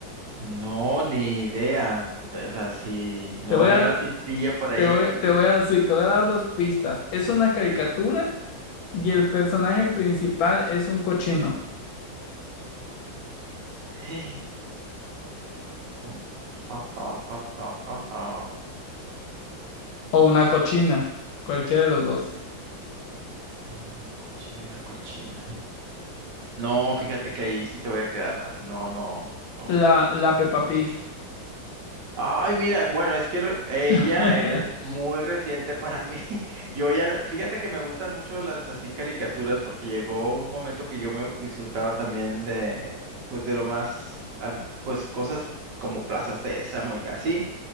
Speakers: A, on the right; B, on the left.
A: no, ni idea. de- O sea, si no
B: Te voy
A: hay
B: a,
A: una pistilla por ahí,
B: te voy,
A: <laughs> una pista.
B: te voy a, sí, te voy a dar dos pistas. Es una caricatura
A: Ah, Sí.
B: y el personaje principal es un cochino
A: <gasps> <laughs> <sighs> Ah, ah, ah, ah, ah, ah.
B: o una cochina, cualquiera de los dos.
A: Mm, Cochina y una cochina. No, fíjate que ahí sí te voy a quedar mal. No, no, no.
B: La, la Peppa Pig.
A: Ay, mira, bueno, es que re- ella
B: <laughs>
A: es muy reciente para mí. <laughs> Yo ya, no- fíjate que me gustan mucho las así caricaturas porque llegó un momento que yo me disfrutaba también de, pues de lo más, an- pues cosas como Plaza Sésamo y así,